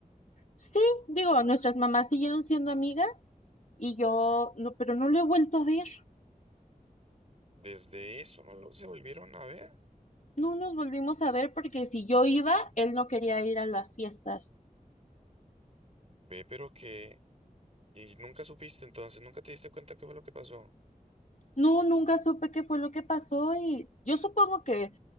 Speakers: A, on the left; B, on the right.
A: Sí, digo, nuestras mamás siguieron siendo amigas y yo, no, pero no lo he vuelto a ver.
B: Desde eso no lo se volvieron a ver.
A: No nos volvimos a ver porque si yo iba, él no quería ir a las fiestas.
B: Ve, pero que y nunca supiste entonces, nunca te diste cuenta qué fue lo que pasó.
A: No, nunca supe qué fue lo que pasó y yo supongo que,